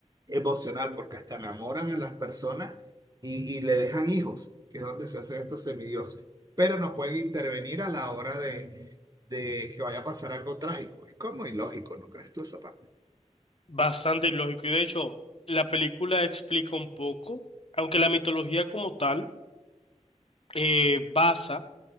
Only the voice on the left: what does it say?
Bastante ilógico, y de hecho, la película explica un poco, aunque la mitología como tal eh, basa